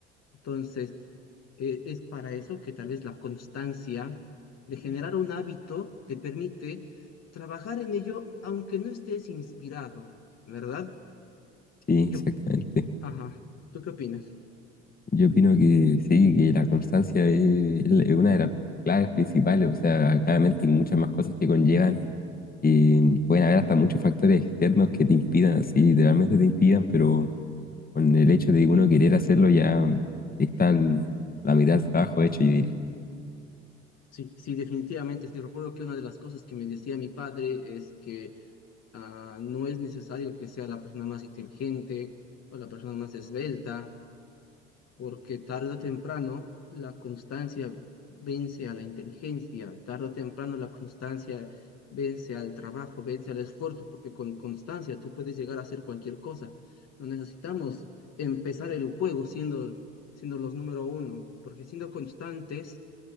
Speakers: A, on the left (about 50°); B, on the left (about 25°).
A: Entonces, eh, es para eso que tal vez la constancia de generar un hábito te permite trabajar en ello aunque no estés inspirado, ¿verdad?
B: Sí,
A: Yo,
B: exactamente.
A: ajá, ¿tú qué opinas?
B: Yo opino que sí, que la constancia es, es la- es una de las claves principales, o sea, claramente hay muchas más cosas que conllevan, y pueden haber hasta muchos factores externos que te impidan, así, literalmente te impidan, pero con el hecho de uno querer hacerlo ya está el- la mitad del trabajo hecho, yo diría.
A: Sí, sí, definitivamente, sí, recuerdo que una de las cosas que me decía mi padre es que ah, no es necesario que sea la persona más inteligente o la persona más esbelta, porque tarde o temprano la constancia vence a la inteligencia, tarde o temprano la constancia vence al trabajo, vence al esfuerzo, porque con constancia tú puedes llegar a hacer cualquier cosa. No necesitamos empezar el juego siendo, siendo los número uno, porque siendo constantes